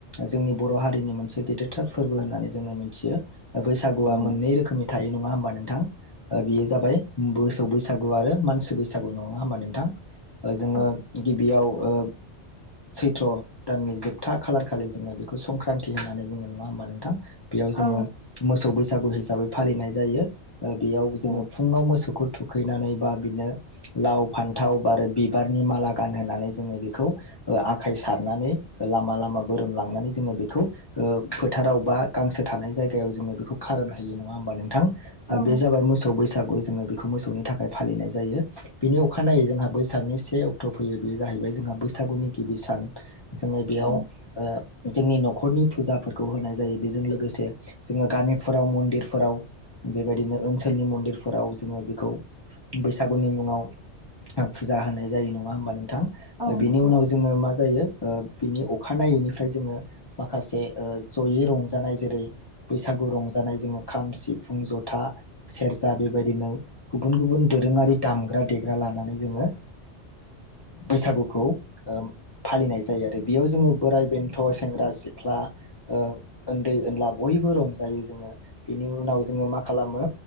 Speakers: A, on the left; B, on the right.
A: जोंनि बर' हारिनि मोनसे गेदेरथार फोरबो होन <unintelligible> जोङो मिनथियो ओ बैसागुआ
B: औ
A: मोननै रोखोमनि थायो नङा होमबा नोंथां? ओ बेयो जाबाय बोस <unintelligible> बैसागु आरो मानसि बैसागु नङा होमबा नों थां ओ
B: नंगौ
A: जोङो गिबियाव ओ सैथ्र' दाननि जोबथा खालारखालि जोङो बेखौ संक्रान्ति होननानै बुङो नङा होमबा नोंथां? बेयाव जोङो
B: औ
A: मोसौ बैस सागु हिसाबै फालिनाय जायो ओ बेयाव जोङो
B: औ
A: फुङाव मोसौखो थुखैनानै बा बिनो लाव फान्थाव बारो बिबारनि माला गानहोनानै जोङो बिखौ आखाय सारनानै लामा लामा बोरोमलांनानै जोङो बिखौ ओ फोथाराव बा गांसो थानाय जायगायाव जोङो बिखौ खारोन हायो नङा होमबा नोंथां
B: औ
A: ओ बे जाबाय मोसौ बैसागु जोङो बि खौ मोसौनि थाखाय फालिनाय जायो बेनि अखानायै जोंहा बैसागनि से अक्थ' फैयो बे जाहैबाय जोंहा बैसागुनि गिबि सान। जोङो बेयाव
B: औ
A: ओ जोंनि न' खरनि फुजाफोरखौ होनाय जायो बेज जों लोगोसे जोङो गामिफोराव मन्दिरफोराव बेबायदिनो ओनसोलनि मन्दिरफोराव जोङो बेखौ बैस सागुनि मुङाव फुजा होनाय जायो नङा होनबा नोंथां
B: औ
A: बिनि
B: नंगौ
A: उनाव जोङो मा जायो बिनि अखानायैनिफ्राय जोङो माखासे जयै रं जेरै बैसागु रंजानाय जोङो खाम सिफुं जथा सेरजा बेबायदिनो गुबुन गुबुन दोरोङारि दामग्रा देग्रा लानानै जोङो बैसागुखौ फालिनाय जायो आरो बेयाव जोङो बोराइ बेन्थ सेंग्रा सिख्ला ओ उन्दै ओनला बयबो रंजायो जोङो बेनि उनाव जोङो मा खालामो